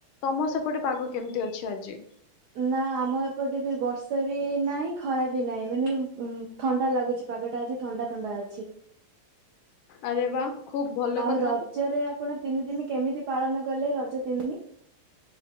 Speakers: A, on the left; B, on the right.
A: ତମ ସେପଟେ ପାଗ କେମତି ଅଛି ଆଜି?
B: ନାଁ ଆମ ଏପଟେ ବି ବର୍ଷା ବି ନାହିଁ ଖରା ବି ନାହିଁ ମାନେ ଉଁ ଥଣ୍ଡା ଲାଗୁଚି। ପାଗଟା ଆଜି ଥଣ୍ଡା ଥଣ୍ଡା ଅଛି।
A: ଆରେ ବା ଖୁବ ଭଲ
B: ଆଉ
A: କଥା
B: ରଜରେ ଆପଣ ତିନି ଦିନି କେମିତି ପାଳନ କଲେ ରଜ ତିନ୍ ଦିନି?